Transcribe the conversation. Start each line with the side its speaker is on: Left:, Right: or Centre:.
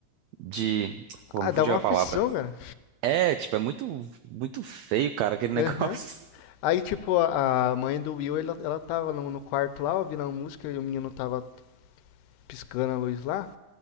Right: de, pô,
Left: Ah,
Right: me
Left: dava
Right: fugiu
Left: uma
Right: a
Left: aflição,
Right: palavra.
Left: cara.
Right: É, tipo, é muito, muito feio, cara, aquele negócio.
Left: Aham. Aí, tipo, a a mãe do Will, ela, ela tava no, no quarto lá, ouvindo a música, e o menino tava piscando a luz lá.